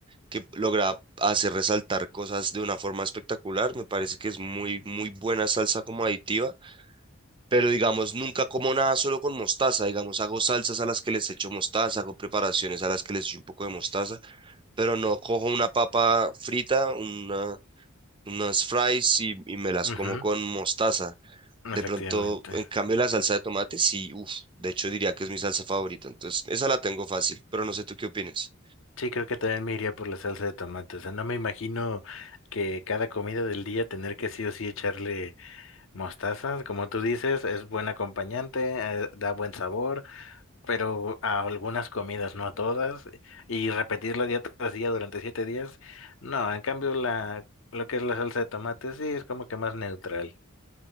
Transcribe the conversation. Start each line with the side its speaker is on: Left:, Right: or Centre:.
Right: que lograba hacer resaltar cosas de una forma espectacular. Me parece que es muy, muy buena salsa como aditiva, pero digamos, nunca como nada solo con mostaza. Digamos, hago salsas a las que les echo mostaza, hago preparaciones a las que les echo un poco de mostaza pero no cojo una papa frita, una, unas fries y, y me las
Left: Ujú,
Right: como con mostaza.
Left: efectivamente.
Right: De pronto, en cambio, la salsa de tomate, sí, uff, de hecho diría que es mi salsa favorita, entonces esa la tengo fácil, pero no sé tú qué opinas.
Left: Sí, creo que también me iría por la salsa de tomate. O sea, no me imagino que cada comida del día tener que sí o sí echarle mostaza. Como tú dices, es buen acompañante, eh, da buen sabor, pero a algunas comidas, no a todas. Y repetirlo día tras día durante siete días. No, en cambio, la, lo que es la salsa de tomate sí es como que más neutral.